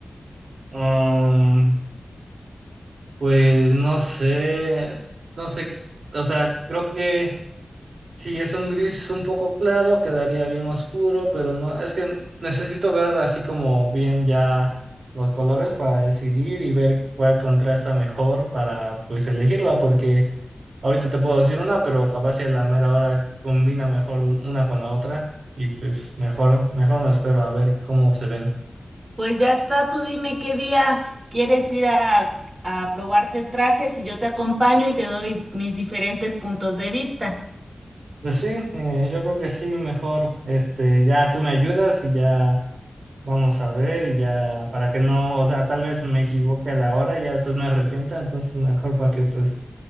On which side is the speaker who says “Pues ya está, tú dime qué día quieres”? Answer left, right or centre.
Right